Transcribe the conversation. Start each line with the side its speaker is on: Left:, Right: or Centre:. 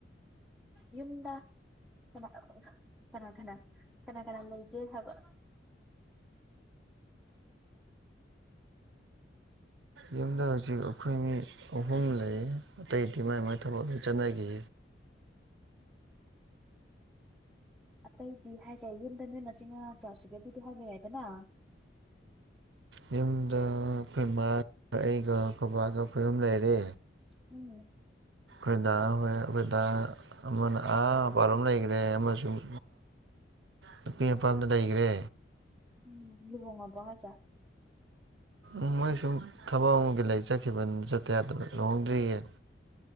Centre: ꯌꯨꯝꯗ ꯀꯅꯥ ꯀꯅꯥ ꯀꯅꯥ ꯀꯅꯥ ꯀꯅꯥ ꯂꯩꯒꯦ ꯍꯥꯏꯕ
Right: ꯌꯨꯝꯗ ꯍꯧꯖꯤꯛ ꯑꯩꯈꯣꯏ ꯃꯤ ꯑꯍꯨꯝ ꯂꯩꯌꯦ ꯑꯇꯩꯗꯤ ꯃꯥꯏ ꯃꯥꯏ ꯊꯕꯛ ꯂꯣꯏ ꯆꯠꯅꯈꯤ
Centre: ꯑꯇꯩꯗꯤ ꯍꯥꯏꯖꯩ ꯌꯨꯝꯗ ꯅꯣꯏ ꯃꯆꯤꯡꯉ ꯆꯥꯁꯤꯒꯦ ꯑꯗꯨꯗ ꯍꯥꯏꯕ ꯌꯥꯏꯗꯅ
Right: ꯌꯨꯝꯗ ꯑꯩꯈꯣꯏ ꯏ ꯃꯥꯒ ꯑꯩꯒ ꯑꯩꯈꯣꯏ ꯕꯥꯒ ꯑꯩꯈꯣꯏ ꯌꯨꯝ ꯂꯩꯔꯦ
Centre: ꯎꯝ
Right: ꯑꯩꯈꯣꯏ ꯍꯣꯏ ꯑꯩꯈꯣꯏ ꯑꯃꯅ ꯑꯥ ꯄꯥꯔ ꯑꯃ ꯂꯩꯈ꯭ꯔꯦ ꯑꯃꯁꯨꯡ ꯅꯨꯄꯤ ꯃꯄꯥꯝꯗ ꯂꯩꯈ꯭ꯔꯦ
Centre: ꯎꯝ ꯂꯕꯉ ꯖꯥ
Right: ꯎ ꯃꯣꯏ ꯁꯨꯝ ꯊꯕꯛ ꯑꯃꯒꯤ ꯂꯩ ꯆꯠꯈꯤꯕꯅꯤ ꯆꯠꯇꯦꯗꯅ ꯂꯨꯍꯣꯡꯗ꯭ꯔꯤꯌꯦ